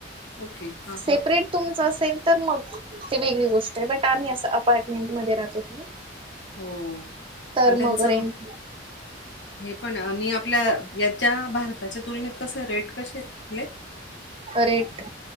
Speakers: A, on the left; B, on the right.
A: ओके हां
B: सेपरेट
A: हां
B: तुमच असेल तर मग ती वेगळी गोष्ट हाय, बट आम्ही असं अपार्टमेंट मध्ये राहत होतो ना.
A: हो,
B: तर
A: आणि त्याचं
B: मग रेंट
A: हे पण आणि आपल्या याच्या भारताच्या तुलनेत कसं रेट कसेत आपले?
B: रेट,